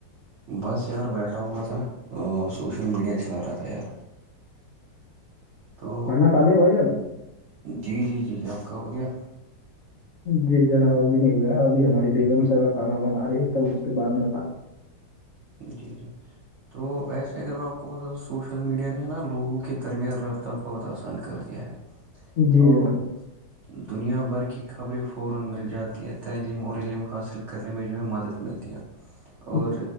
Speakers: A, on the right; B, on the left.
A: بس یار بیٹھا ہووا تھا سوشل میڈیا چلا رہا تھا یار تو
B: کھانا کھا لیا بھائی جان
A: جی جی جی جی آپ کا ہو گیا
B: جی جناب ابھی نہیں ہویا ابھی ہماری بیگم سا کانا بنا رہی ہے تو اس کے بعد میں
A: جی جی تو ویسے اگر میں آپ کو بتا تو سوشل میڈیا نے نا لوگوں کے درمیان رابطہ بہت آسان کر کیا
B: جی
A: توٹ
B: جناب
A: دنیا بھر کی خبریں فورا مل جاتی ہے تحریم اور علم حاصل کرنے میں جو ہے مدد ملتی
B: رووو
A: اور